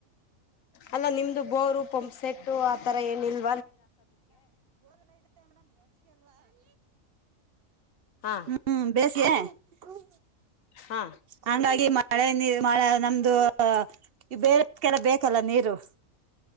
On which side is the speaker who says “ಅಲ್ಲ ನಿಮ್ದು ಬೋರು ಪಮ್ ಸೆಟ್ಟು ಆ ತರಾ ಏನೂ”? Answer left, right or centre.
Left